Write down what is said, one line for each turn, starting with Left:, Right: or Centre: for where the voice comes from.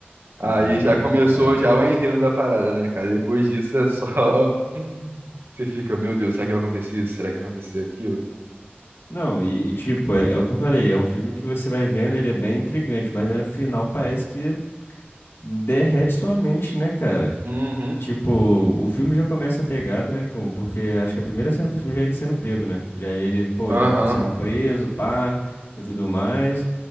Left: Caraca,
Right: aí já começou
Left: cara.
Right: já o enredo da parada, né, cara? Depois disso é só Você fica, meu Deus, será que vai acontecer isso? Será que vai acontecer aquilo?
Left: Não, e, e tipo, é, é o que eu falei, é um filme que você vai vendo, ele é bem intrigante, mas aí no final parece que derrete sua mente, né, cara?
Right: Uhum,
Left: Tipo, o filme já começa pegado, né? com- Porque acho que a primeira cena do filme já é ele sendo pego, né? Já é ele, pô,
Right: aham.
Left: já sendo preso, pá, e tudo mais.